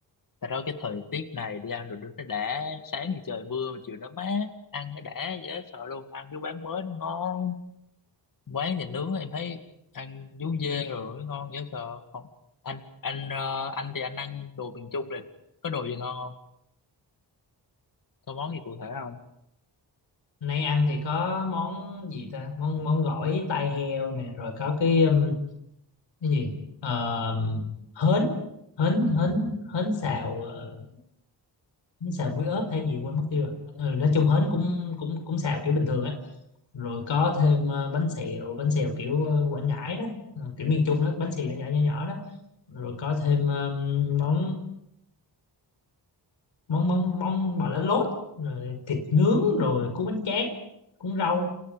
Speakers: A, on the left; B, on the left.
A: tại đó cái thời tiết này đi ăn đồ nướng nó đã sáng thì trời mưa mà chiều nó mát ăn nó đã dễ sợ luôn ăn cái quán mới nó ngon quán nhà nướng em thấy ăn vú dê rồi ngon dễ sợ không anh anh ờ, anh thì anh ăn đồ miền Trung rồi có đồ gì ngon không có món gì cụ thể không
B: nay ăn thì có món gì ta món món gỏi tai heo nè rồi có cái um, cái gì Ờ, hến hến hến hến xào ờ, hến xào muối ớt hay gì quên mất tiêu rồi ừ, nói chung hến cũng cũng cũng xào kiểu bình thường á rồi có thêm ờ, bánh xèo bánh xèo kiểu ờ, Quảng Ngãi đó ờ, kiểu miền Trung đó bánh xèo nhỏ nhỏ nhỏ đó rồi có thêm ờ, món món món món bò lá lốt rồi thịt nướng rồi cuốn bánh tráng cuốn rau